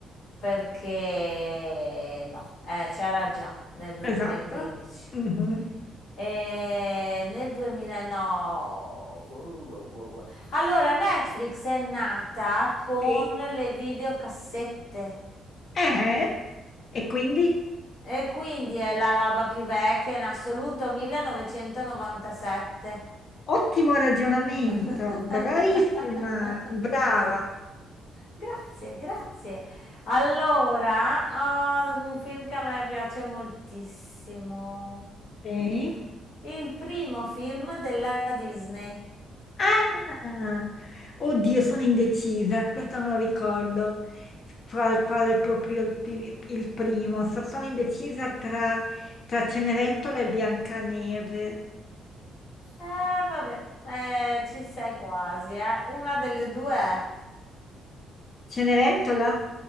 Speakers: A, on the left; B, on the left.
A: perché no, eh, c'era già nel 2015.
B: esatto. Mhm,
A: E nel 2009. Allora, Netflix è nata con
B: Sì.
A: le videocassette
B: Eh, e quindi
A: e quindi è la roba più vecchia in assoluto, 1997.
B: ottimo ragionamento.
A: <laughs>
B: Bravissima, brava.
A: Grazie, grazie. Allora, ah, un film che a me piace moltissimo.
B: Sì.
A: Il primo film della Disney.
B: Ah, oddio, sono indecisa, questo non lo ricordo, qual- qual è proprio il, pri- il primo. So- sono indecisa tra, tra Cenerentola e Biancaneve.
A: Eh, vabbè, eh, ci sei quasi, eh. Una delle due è.
B: Cenerentola